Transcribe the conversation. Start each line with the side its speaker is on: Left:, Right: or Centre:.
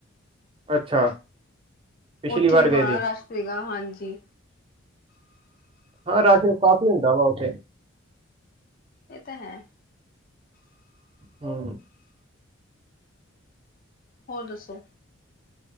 Right: ਅੱਛਾ। ਪਿਛਲੀ
Left: ਉੱਥੇ
Right: ਵਾਰ
Left: ਵੀ ਬੜਾ
Right: ਗਏ ਸੀ
Left: ਰਸ਼ ਸੀਗਾ, ਹਾਂਜੀ।
Right: ਹਾਂ ਰਾਸ਼ ਕਾਫ਼ੀ ਹੁੰਦਾ ਵਾ ਉੱਥੇ।
Left: ਏਹ ਤਾਂ ਹੈ।
Right: ਹੂੰ।
Left: ਹੋਰ ਦੱਸੋ?